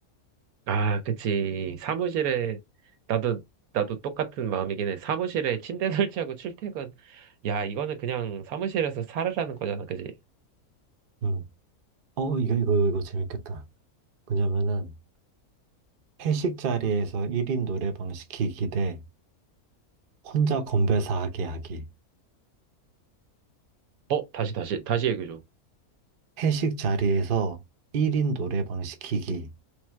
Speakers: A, on the right; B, on the right.
A: 아, 그치. 사무실에, 나도, 나도 똑같은 마음이긴 해. 사무실에 침대 <laughs> 설치하고 출퇴근. 야, 이거는 그냥 사무실에서 살으라는 거잖아, 그지?
B: 응. 어, 이거, 이거, 이거 재밌겠다. 뭐냐면은, 회식 자리에서 1인 노래방 시키기 대 혼자 건배사 하게 하기.
A: 어, 다시, 다시, 다시 얘기해줘.
B: 회식 자리에서 1인 노래방 시키기